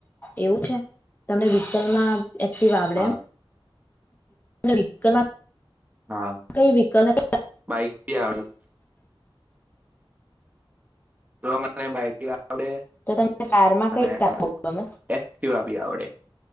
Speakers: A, on the left; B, on the right.
A: એવું છે તમને વિકલમાં એક્ટિવ આવડે
B: હા
A: એમ થી વિકલ મા
B: હા
A: કઈ વિકલ <inaudible>
B: <unintelligible> તો અમારે બાઈકભી આવડે
A: તો તમને કારમાં
B: અને
A: કઈ કાર ગમે
B: એકટીવા પન આવડે